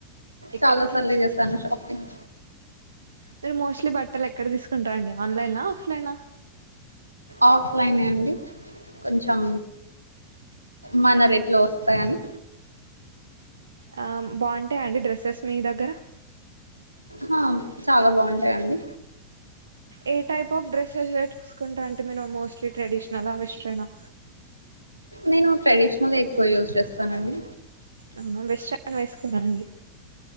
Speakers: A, on the right; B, on the right.
A: ఎక్కడికి
B: చాలా సార్లు చేస్తాను షాపింగ్
A: మీరు మోస్ట్లీ బట్టలు ఎక్కడ తీసుకుంటారండి ఆన్లైనా, ఆఫ్లైనా
B: ఆఫ్లైనే అండి కొంచెం మన రేట్లో వస్తాయని
A: ఆ బాగుంటాయ అండి డ్రస్సెస్ మీ దగ్గర
B: హా చాలా బాగుంటాయండి
A: ఏ టైప్ ఆఫ్ డ్రెస్సెస్ వేసుకుంటారంటె మీరు మోస్ట్లీ ట్రెడిషనలా వెస్ట్రనా
B: నేను ట్రెడిషనలే ఎక్కువ యూజ్ చేస్తానండి
A: అవునా వెస్ట్రన్ వేసుకోర అండి